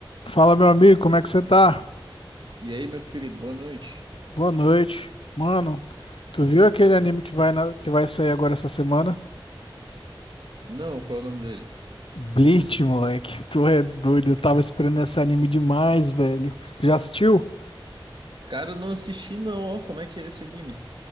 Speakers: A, on the left; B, on the right.
A: Fala, meu amigo, como é que você tá?
B: E aí, meu querido, boa noite.
A: Boa noite. Mano, tu viu aquele anime que vai, na- que vai sair agora essa semana?
B: Não, qual é o nome dele?
A: Bleach, moleque. <laughs> Tu é doido. Eu tava esperando esse anime demais, velho. Tu já assistiu?
B: Cara, eu não assisti não, ó. Como é que é esse anime?